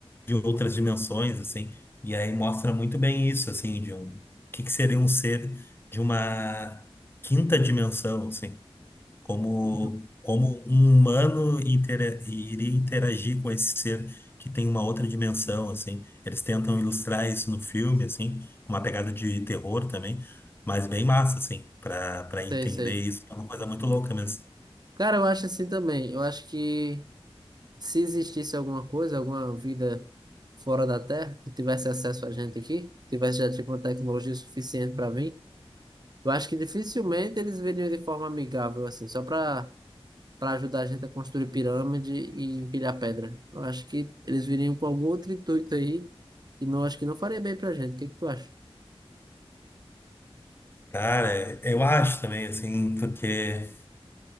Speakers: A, on the left; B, on the right.
A: de outras dimensões, assim. E aí mostra muito bem isso, assim, de um. O que que seria um ser de uma quinta dimensão, assim. Como,
B: Uhum.
A: como um humano intera- iria interagir com esse ser que tem uma outra dimensão, assim. Eles tentam ilustrar isso no filme, assim, com uma pegada de terror também, mas bem massa, assim, para para entender
B: Sei, sei.
A: isso. É uma coisa muito louca mesmo.
B: Cara, eu acho assim também. Eu acho que se existisse alguma coisa, alguma vida fora da Terra, que tivesse acesso a gente aqui, tivesse já tipo uma tecnologia suficiente para vir, eu acho que dificilmente eles viriam de forma amigável, assim, só para para ajudar a gente a construir pirâmide e empilhar pedra. Eu acho que eles viriam com algum outro intuito aí, e não acho que não faria bem pra gente. O que que tu acha?
A: Cara, eu acho também, assim, porque.